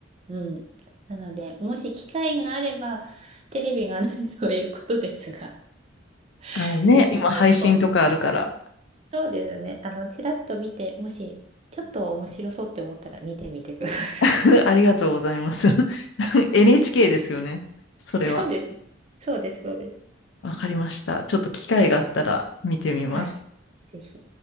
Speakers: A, on the right; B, on the left.
A: うん。なので、もし機会があれば、テレビがないということですが、
B: あのね、
A: <laughs> ぜひちょっと、
B: 今配信とかあるから、
A: そうですね、あの、ちらっと見て、もし、ちょっと面白そうって思ったら見てみてくださ
B: <laughs> ありがとうございます。<laughs> NHK ですよね。それは。
A: い。<laughs> そうです。そうです、そうです。
B: わかりました。ちょっと機会があったら見てみます。
A: はい、ぜひ。